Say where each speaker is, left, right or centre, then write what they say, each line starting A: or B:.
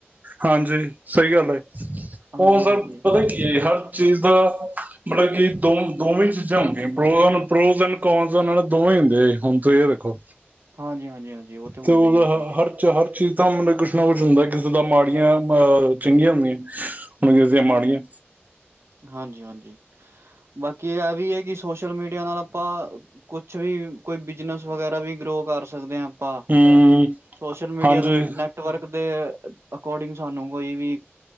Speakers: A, on the right; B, on the right.
A: ਹਾਂਜੀ ਸਹੀ ਗੱਲ
B: ਹਾਂਜੀ-ਹਾਂਜੀ,
A: ਉਹ ਸਰ ਪਤਾ ਕੀ ਹੈ ਹ ਚੀਜ਼ ਦਾ ਮਤਲਬ ਕਿ ਦੋ ਦੋਵੇ ਚੀਜ਼ਾਂ ਹੁੰਦੀਆਂ ਪਰੋਜ ਐਂਨ ਕੋਨਜ ਨਾਲ ਦੋਵੇਂ ਹੀ ਹੁੰਦੇ ਹੁਣ ਤੁਸੀਂ ਇਹ ਦੇਖੋ।
B: ਹਾਂਜੀ ਹਾਂਜੀ ਹਾਂਜੀ ਉਹ ਤਾਂ ਹੁੰਦੇ
A: ਤੇ ਉਹ
B: ਹੀ ਹੈ ਜੀ
A: ਹਰ ਹਰ ਚੀਜ਼ ਦਾ ਮਤਲਬ ਕੁਛ ਨਾ ਕੁਛ ਹੁੰਦਾ ਕਿਸੇ ਦਾ ਮਾੜੀਆਂ ਅਹ ਚੰਗੀਆਂ ਹੁੰਦੀਆਂ ਹੁ ਕਿਸ ਦੀਆਂ ਮਾੜੀਆਂ
B: ਹਾਂਜੀ ਹਾਂਜੀ ਬਾਕੀ ਇਹ ਆ ਵੀ ਹੈ ਕਿ ਸੋਸ਼ਲ ਮੀਡੀਆ ਨਾਲ ਆਪਾਂ ਕੁਛ ਵੀ ਕੋਈ ਬਿਜਨਸ ਵਗੈਰਾ ਵੀ ਲੋਕ ਕਰ ਸਕਦੇ ਹਾਂ ਆਪ
A: ਹੂੰ
B: ਸੋਸ਼ਲ ਮੀਡੀਆ
A: ਹਾਂਜੀ
B: ਦੇ ਨੈਟਵਰਕ ਦੇ ਅਕੋਰਡਿੰਗ ਸਾਨੂੰ ਕੋਈ ਵੀ